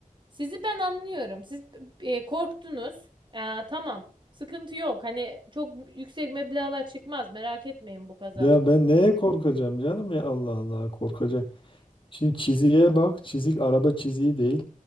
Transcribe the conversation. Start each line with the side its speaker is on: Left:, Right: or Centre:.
Right: sizi ben anlıyorum. Siz e, korktunuz. Aa, tamam. Sıkıntı yok. Hani çok yüksek meblağlar çıkmaz. Merak etmeyin bu kazada.
Left: Ya ben neye korkacağım canım ya Allah Allah korkacak. Şimdi çiziğe bak çizik araba çiziği değil.